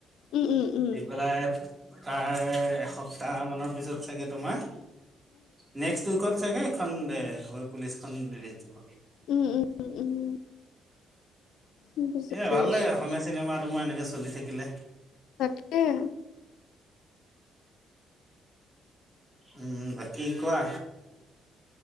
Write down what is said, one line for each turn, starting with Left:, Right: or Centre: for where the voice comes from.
Left: অ', উম, উম, উম,
Right: দি পেলাই তাৰ এসপ্তাহ মানৰ পিছত চাগে তোমাৰ নেক্স উইকত চাগে এইখন এ ঐ পুলিচখন ৰিলিচ দিব।
Left: উম, উম, উম। উম, বুজি
Right: এ
Left: পাইছোঁ।
Right: ভাল লাগে অসমীয়া চিনেমা তোমাৰ এনেকে চলি থাকিলে।
Left: উম।
Right: উম বাকী কোৱা।